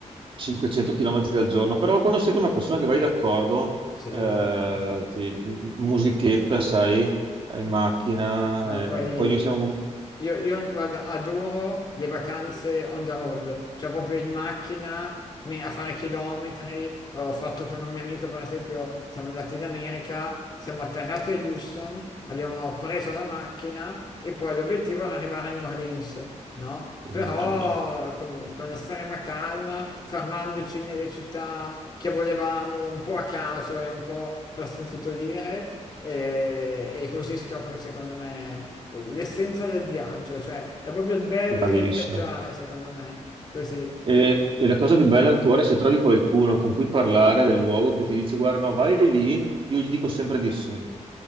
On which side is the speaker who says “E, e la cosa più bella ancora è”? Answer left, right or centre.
Right